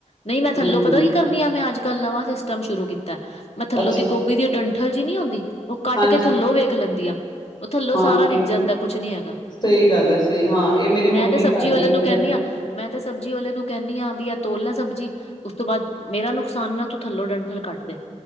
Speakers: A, on the left; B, on the left.
A: ਨਹੀਂ ਮੈਂ ਥੱਲੋਂ
B: ਬਿਲਕੁਲ
A: ਪਤਾ ਕੀ ਕਰਨੀ ਆ ਮੈਂ ਅੱਜ ਕੱਲ੍ਹ ਨਵਾਂ ਸਿਸਟਮ ਸ਼ੁਰੂ ਕੀਤਾ, ਮੈਂ ਥੱਲੋਂ
B: ਅੱਛਾ
A: ਦੀ ਗੋਭ ਭੀ ਦੀ ਉਹ ਡੰਠਲ ਨੀ ਹੁੰਦੀ ਉਹ ਕੱਟ
B: ਹਾਂਜੀ
A: ਕੇ ਥੱਲੋਂ ਵੇਖ ਲੈਂਦੀ ਆ। ਉਹ ਥੱਲੋਂ
B: ਹਾਂ
A: ਸਾਰਾ ਵਿਖ
B: ਇਹ
A: ਜਾਂਦਾ ਕੁਛ ਨੀ ਹੈਗਾ।
B: ਸਹੀ ਗੱਲ ਐ ਸਹੀ ਹਾਂ ਇਹ ਮੇਰੀ
A: ਮੈਂ
B: ਮੰਮੀ
A: ਤੇ ਸਬਜ਼ੀ
B: ਕਰਦੇ
A: ਵਾਲੇ
B: ਹੁੰਦੇ
A: ਨੂੰ ਕਹਿੰਦੀ
B: ਐ ਇਦਾਂ।
A: ਹਾਂ ਮੈਂ ਤੇ ਸਬਜ਼ੀ ਵਾਲੇ ਨੂੰ ਕਹਿੰਦੀ ਆ ਵੀ ਆ ਤੋਲ ਲੈ ਸਬਜ਼ੀ ਉਸ ਤੋਂ ਬਾਅਦ ਮੇਰਾ ਨੁਕਸਾਨ ਨਾ ਤੂੰ ਥੱਲੋਂ ਡੰਠਲ ਕੱਟ ਦੇ